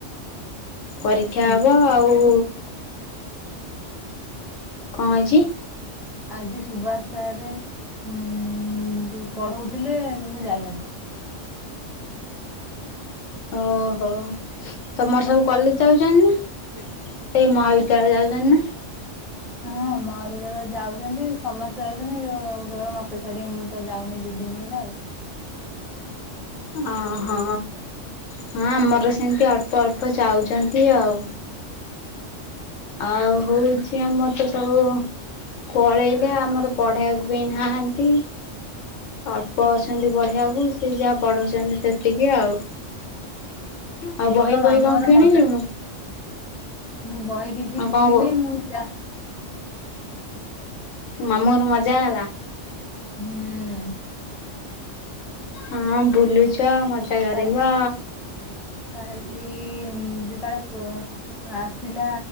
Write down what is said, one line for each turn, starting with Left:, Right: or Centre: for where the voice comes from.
Left: ପରୀକ୍ଷା
Centre: ଆଜି
Left: ହବ ଆଉ
Centre: ଆଜି
Left: କଣ ହେଇଚି?
Centre: ଆଜି ସୁବାସ ସାରେ ଉଁ ଯୋଉ ପଢଉଥିଲେ ମୁଁ ଯାଇନଥିଲି।
Left: ଓହୋ ତମର ସବୁ କଲେଜ ଯାଉଛନ୍ତି ନା? ସେଇ ମହାବିଦ୍ୟାଳୟ ଯାଉଛନ୍ତି ନା?
Centre: ହଁ ମ୍। ମହାବିଦ୍ୟାଳୟ ଯାଉଛନ୍ତି ସମସ୍ତେ ଯାଉଛନ୍ତି କେବଳ କେବଳ ମତେ ଛାଡିକି ମୁଁ ତ ଯାଉନି ଦୁଇଦିନ ହେଲା ଆଉ।
Left: ଅ ହଁ ହଁ ଆମର ସେମିତି ଅଳ୍ପ ଅଳ୍ପ ଯାଉଛନ୍ତି ଆଉ। ଆଉ ହେଉଛି ଆମର ତ ସବୁ ପଳେଇଲେ ଆମର ପଢ଼େଇବାକୁ କେହି ନାହାନ୍ତି। ଅଳ୍ପ ଅଛନ୍ତି ପଢ଼େଇବାକୁ ସେ ଯାହା ପଢଉଛନ୍ତି ସେତିକି ଆଉ। ଆଉ
Centre: ଭଲ
Left: ବହି ବହି
Centre: ମାମୁଁହର
Left: କଣ କିଣିଲୁଣୁ
Centre: ମଜା ମୁଁ ବହି କିଛି
Left: ଆଉ
Centre: କିଣିନି
Left: କଣ
Centre: ମୁଁ ଯ
Left: ମାମୁଁ ହରେ ମଜା ହେଲା
Centre: ହୁଁ। ହୁଁ।
Left: ହଁ ବୁଲୁଛ ମଜା କରିବ।
Centre: କାଲି କାଲି ଯେ ତାଳପ <unintelligible> ଆସିଲା